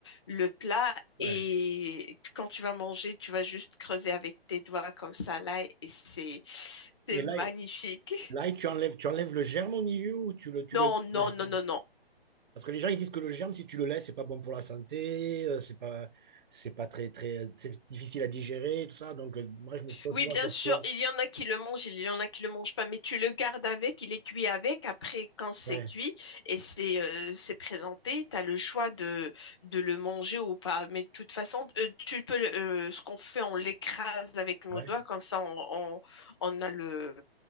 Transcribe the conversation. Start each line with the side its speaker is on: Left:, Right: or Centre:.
Left: le plat
Right: Ouais.
Left: et quand tu vas manger, tu vas juste creuser avec tes doigts comme ça là et c'est c'est
Right: Mais
Left: magnifique.
Right: là, là, tu enlèves, tu enlèves le germe au milieu ou tu le, tu
Left: Non,
Right: le,
Left: non,
Right: le germe
Left: non, non, non.
Right: Parce que les gens ils disent que le germe, si tu le laisses, c'est pas bon pour la santé, euh, c'est pas, c'est pas très, très, c'est difficile à digérer, tout ça. Donc euh, moi, je me pose
Left: Oui,
Right: toujours
Left: bien
Right: la
Left: sûr,
Right: question.
Left: il y en a qui le mangent, il y en a qui le mangent pas, mais tu le gardes avec, il est cuit avec. Après, quand c'est
Right: Ouais,
Left: cuit et c'est euh, c'est présenté, tu as le choix de, de le manger ou pas. Mais de toute façon, euh, tu peux, le- euh, ce qu'on fait, on l'écrase avec nos
Right: ouais.
Left: doigts, comme ça, on, on, on a le,